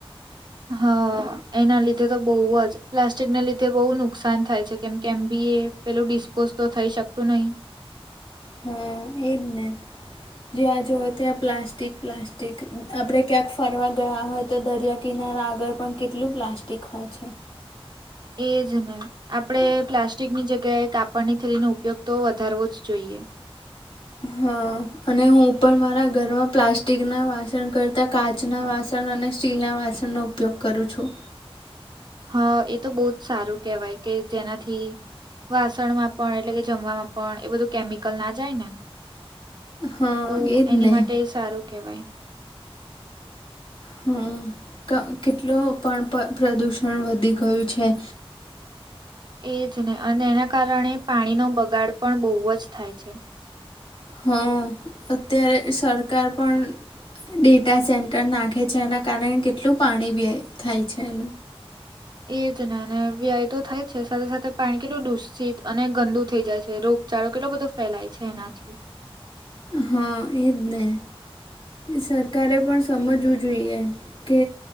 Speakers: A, on the right; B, on the left.
A: હા એના લીધે તો બોવ જ પ્લાસ્ટિકના લીધે બહુ નુકસાન થાય છે કેમ કે એમ બી એ પેલું ડિસ્પોઝ તો થઈ શકતું નહી.
B: હા એજ ને જ્યાં જુઓ ત્યાં પ્લાસ્ટિક. પ્લાસ્ટિક આપણે ક્યાંક ફરવા ગયા હોય તો દરિયા કિનારા આગળ પણ કેટલું પ્લાસ્ટિક હોય છે.
A: એજ ને. આપણે પ્લાસ્ટિકની જગ્યાએ કાપડની થલીનો ઉપયોગ તો વધારવો જ જોઈએ.
B: હ અને હું પણ મારા ઘરમાં પ્લાસ્ટિકના વાસણ કરતા કાચ ના વાસણ અને સ્ટીલનાં વાસણનો ઉપયોગ કરું છું.
A: હા એ તો બોવ જ સારું કેહેવાય કે જેનાથી વાસણમાં પણ એટલે કે જમવામાં પણ એ બધું કેમિકલ ના જાય ને
B: હા
A: તો
B: એજ
A: એની
B: ને
A: માટે સારું કહેવાય.
B: હમ કેટલું પણ પ્રદુષણ વધી ગયું છે.
A: એજ ને અને એના કારણે પાણીનો બગાડ પણ બોવ જ થાય છે.
B: હા અત્યારે સરકાર પણ ડેટા સેન્ટર નાખે છે એના કારણે કેટલું પાણી થાય છે.
A: એજ ને અને વ્યાય તો થાય જ છે સાથે સાથે પાણી કેટલું દુષિત અને ગંદુ થઈ જાય છે રોગ ચારો કેટલો બધો ફેલાય છે એનાથી.
B: હા એજ ને સરકારે પણ સમજવું જોઈએ કે